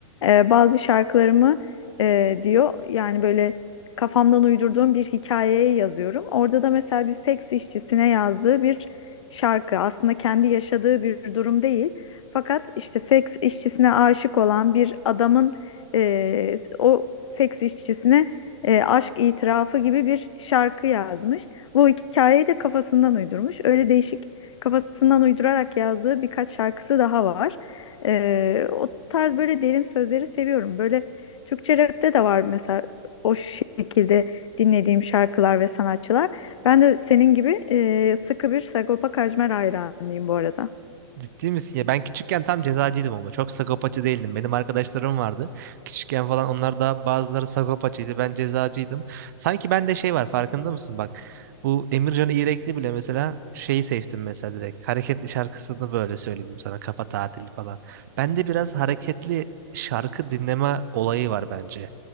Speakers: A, on the left; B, on the right.
A: Ee, bazı şarkılarımı e, diyor yani böyle kafamdan uydurduğum bir hikayeye yazıyorum. Orada da mesela bir seks işçisine yazdığı bir şarkı. Aslında kendi yaşadığı bir durum değil. Fakat işte seks işçisine aşık olan bir adamın e, o seks işçisine e, aşk itirafı gibi bir şarkı yazmış. Bu hikayeyi de kafasından uydurmuş. Öyle değişik kafasından uydurarak yazdığı birkaç şarkısı daha var. E, o tarz böyle derin sözleri seviyorum. Böyle Türkçe rapte de var mesela o şekilde dinlediğim şarkılar ve sanatçılar. Ben de senin gibi e, sıkı bir Sagopa Kajmer hayranıyım bu arada.
B: Ciddi misin ya? Ben küçükken tam cezacıydım ama çok sakopacı değildim. Benim arkadaşlarım vardı. Küçükken falan onlar da bazıları sakopacıydı. Ben cezacıydım. Sanki bende şey var farkında mısın bak. Bu Emircan İğrekli bile mesela şeyi seçtim mesela direkt. Hareketli şarkısını böyle söyledim sana kafa tatili falan. Bende biraz hareketli şarkı dinleme olayı var bence.